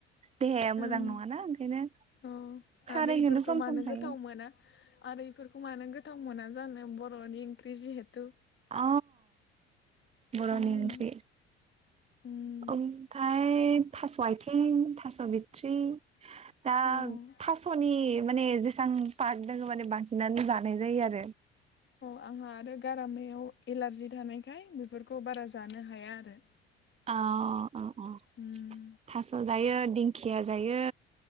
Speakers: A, on the right (about 20°); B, on the left (about 35°).
A: देहाया मोजां
B: उम
A: नङाना ओंखायनो
B: अ
A: खारै
B: आरो इफोरखौ
A: होनो सम
B: मानो
A: सम जायो
B: गोथाव मोना आरो बेफोरखौ मानो गो थाव मोना जानो? बर'नि ओंख्रि जिहेथु।
A: अ, बर'नि
B: उम
A: ओंख्रि।
B: उम
A: ओमफाय य थास' आथिं थास' बिट्रि दा
B: अ
A: थास'नि माने जेसबां पार्ट दङ माने बांसिनानो जानाय जायो आरो।
B: औ आंहा आरो गारामायाव एलारजि थानायखाय बेफोरखौ बारा जानो हाया आरो।
A: अ औ औ
B: उम
A: थास' जायो दिंखिया जायो।